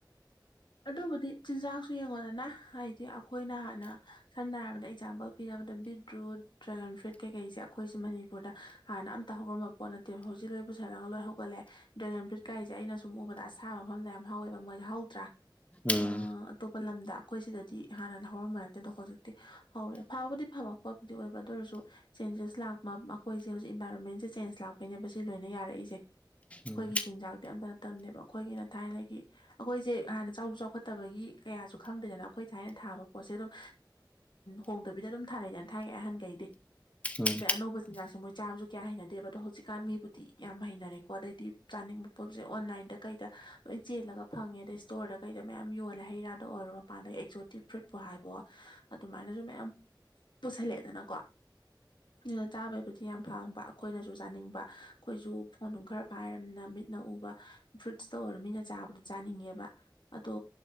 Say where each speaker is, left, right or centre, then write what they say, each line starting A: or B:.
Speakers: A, on the left; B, on the left.
A: ꯑꯗꯨꯕꯨꯗꯤ ꯆꯤꯟꯖꯥꯛꯁꯨ ꯌꯦꯡꯉꯣꯗꯅ ꯍꯥꯏꯗꯤ ꯑꯩꯈꯣꯏꯅ ꯍꯥꯟꯅ ꯁꯝꯅ ꯍꯥꯏꯔꯕꯗ ꯑꯦꯛꯖꯥꯝꯄꯜ ꯄꯤꯅꯕꯗ ꯕꯤꯗ꯭ꯔꯨꯠ ꯗ꯭ꯔꯥꯒꯟ ꯐ꯭ꯔꯨꯏꯠ ꯀꯩꯀꯩꯁꯦ ꯑꯩꯈꯣꯏꯁꯦ ꯃꯅꯤꯄꯨꯔꯗ ꯍꯥꯟꯅ ꯑꯝꯇ ꯍꯧꯔꯝꯕ ꯄꯣꯠꯇꯦꯕ ꯍꯧꯖꯤꯛ ꯂꯣꯏ ꯄꯨꯁꯟꯔꯒ ꯂꯣꯏ ꯍꯧꯒꯠꯂꯦ ꯗ꯭ꯔꯦꯒꯟ ꯐ꯭ꯔꯨꯏꯠ ꯀꯥꯏꯁꯦ ꯑꯩꯅ ꯁꯨꯝ ꯎꯕꯗ ꯑꯁꯥ ꯃꯐꯝꯗ ꯌꯥꯝ ꯍꯧꯋꯦꯕ ꯃꯣꯏꯁꯦ ꯍꯧꯗ꯭ꯔꯥ
B: ꯎꯝ
A: ꯑ ꯑꯇꯣꯞꯄ ꯂꯝꯗ ꯑꯩꯈꯣꯏ ꯁꯤꯗꯗꯤ ꯍꯥꯟꯅꯅ ꯍꯧꯔꯝꯕ ꯅꯠꯇꯦ ꯑꯗꯣ ꯍꯧꯖꯤꯛꯇꯤ ꯍꯧꯔꯦ ꯐꯕꯨꯗꯤ ꯐꯕ ꯄꯣꯠꯄꯨꯗꯤ ꯑꯣꯏꯕ ꯑꯗꯨ ꯑꯣꯏꯔꯁꯨ ꯆꯦꯟꯖꯦꯁ ꯂꯥꯛꯄ ꯃꯈꯣꯏꯁꯦ ꯍꯧꯖꯤꯛ ꯏꯟꯚꯥꯏꯔꯣꯟꯃꯦꯟꯁꯦ ꯆꯦꯟꯖ ꯂꯥꯛꯄꯩꯅꯦꯕ ꯁꯤ ꯂꯣꯏꯅ ꯌꯥꯔꯛꯏꯁꯦ ꯑꯩꯈꯣꯏꯒꯤ
B: ꯎꯝ
A: ꯆꯤꯟꯖꯥꯛꯇꯤ ꯑꯝꯇꯅ ꯇꯝꯅꯦꯕ ꯑꯩꯈꯣꯏꯒꯤꯅ ꯊꯥꯏꯅꯒꯤ ꯑꯩꯈꯣꯏꯁꯦ ꯍꯥꯟꯅꯗꯤ ꯆꯥꯎ ꯆꯥꯎꯈꯠꯇꯕꯒꯤ ꯀꯌꯥꯁꯨ ꯈꯪꯗꯦꯗꯅ ꯑꯩꯈꯣꯏ ꯊꯥꯏꯅ ꯊꯥꯕ ꯄꯣꯠꯁꯦ ꯑꯗꯨꯝ ꯍꯣꯡꯗꯕꯤꯗ ꯑꯗꯨꯝ ꯊꯥꯔꯛꯏꯗꯅ ꯊꯣꯢꯅꯩ ꯑꯍꯟꯒꯩꯗꯤ
B: ꯎꯝ
A: ꯑꯗꯩ ꯑꯅꯧꯕ ꯆꯤꯟꯖꯥꯛꯁꯨ ꯃꯣꯏ ꯆꯥꯕꯁꯨ ꯀꯌꯥ ꯍꯩꯅꯗꯦꯕ ꯑꯗꯣ ꯍꯧꯖꯤꯛꯀꯥꯟ ꯃꯤꯕꯨꯗꯤ ꯌꯥꯝ ꯍꯩꯅꯔꯦꯀꯣ ꯑꯗꯩꯗꯤ ꯆꯥꯅꯤꯡꯕ ꯄꯣꯠꯁꯦ ꯑꯣꯟꯂꯥꯏꯟꯗ ꯀꯩꯗ ꯂꯣꯏ ꯆꯦꯜꯂꯒ ꯐꯪꯉꯦ ꯑꯗꯩ ꯏꯁꯇꯣꯔꯗ ꯀꯩꯗ ꯃꯌꯥꯝ ꯌꯣꯜꯂꯦ ꯍꯩꯔꯥꯗ ꯑꯣꯏꯔꯣ ꯃꯄꯥꯟꯗ ꯑꯦꯛꯖꯣꯇꯤꯛ ꯐ꯭ꯔꯨꯏꯠꯄꯨ ꯍꯥꯏꯕꯑꯣ ꯑꯗꯨꯃꯥꯏꯅꯖꯨ ꯃꯌꯥꯝ ꯄꯨꯁꯜꯂꯛꯑꯦꯗꯅꯀꯣ ꯗꯨꯅ ꯆꯥꯕꯩꯕꯨꯗꯤ ꯌꯥꯝ ꯐꯪꯕ ꯑꯩꯈꯣꯏꯅꯖꯨ ꯆꯥꯅꯤꯡꯕ ꯑꯩꯈꯣꯏꯖꯨ ꯐꯣꯟꯅꯨꯡ ꯈꯔ ꯄꯥꯏꯔꯝꯅ ꯃꯤꯠꯅ ꯎꯕ ꯐ꯭ꯔꯨꯠꯁꯇ ꯑꯣꯏꯔꯣ ꯃꯤꯅ ꯆꯥꯕꯗꯣ ꯆꯥꯅꯤꯡꯉꯦꯕ ꯑꯗꯣ